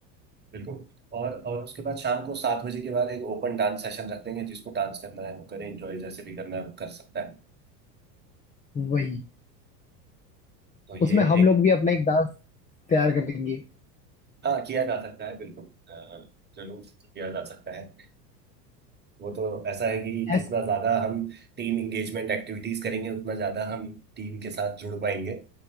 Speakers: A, on the right (about 20°); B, on the left (about 15°).
A: बिल्कुल और और उसके बाद शाम को सात बजे के बाद एक ओपन डांस सेशन रख देंगे जिसको डांस करना है वो करे इंजॉय जैसे भी करना है वो कर सकता है
B: वही
A: तो ये
B: उसमें हम
A: एक
B: लोग भी अपना एक दांत तैयार करेंगे
A: हाँ किया जा सकता है बिल्कुल अ, जरूर किया जा सकता है वो तो ऐसा है कि जितना
B: एस
A: ज्यादा हम टीम इंगेजमेंट एक्टिविटीज करेंगे उतना ज्यादा हम टीम के साथ जुड़ पाएंगे